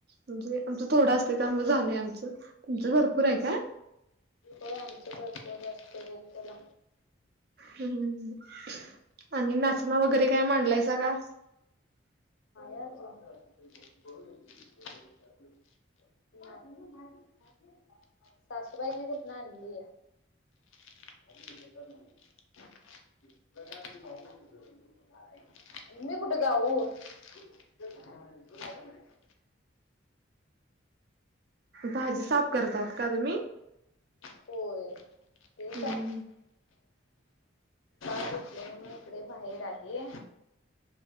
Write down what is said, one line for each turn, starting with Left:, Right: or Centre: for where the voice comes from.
Right: म्हणजे आमचं थोडा असतंय त्यामुळं झालंय आमचं. तुमचं भरपूर आय काय?
Left: होय आमचं भरपूर असत रोकला.
Right: हम्म, आणि नाचना वगैरे काय मांडलायसा का?
Left: द्याचे <unintelligible> <unintelligible> सासूबाईनी कुठना आणली? <unintelligible> मी कुठ जाऊ? <unintelligible>
Right: भाजी साफ करत आहात का तुम्ही?
Left: होय. ते
Right: हम्.
Left: सांग घेतलेल मी इकडे बाहेर आहे.